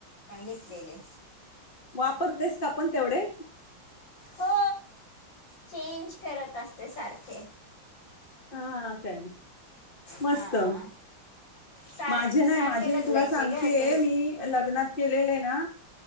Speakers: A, on the left; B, on the left.
A: पण घेतलेले.
B: वापरतेस का पण तेवढे?
A: हो चेंज करत असते सारखे.
B: हा का मस्त
A: हां सार
B: माझे नाही
A: सारखे
B: माझे
A: बदलायचे
B: तुला सांगतेय
A: ग तेच
B: मी लग्नात केलेले ना